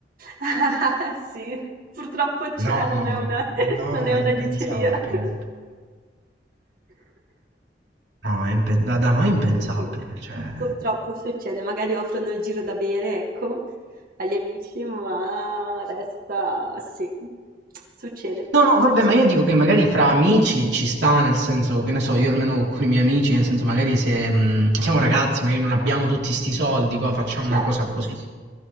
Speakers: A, on the right; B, on the right.
A: <laughs> Sì, purtroppo c'è,
B: No,
A: non è una, <laughs>
B: no,
A: non è
B: è
A: una
B: impensabile.
A: diceria. <coughs>
B: No, è impen- da, da noi è impensabile,
A: Eh, sì,
B: cioè...
A: purtroppo succede, magari offrono il giro da bere, ecco, agli amici, ma resta, sì, succede.
B: No, no,
A: Succede.
B: vabbè, ma io dico che magari fra amici ci sta, nel senso, che ne so, io almeno con i miei amici, nel senso, magari se mh, siamo ragazzi, magari non abbiamo tutti sti soldi, co, facciamo una
A: Certo,
B: cosa così.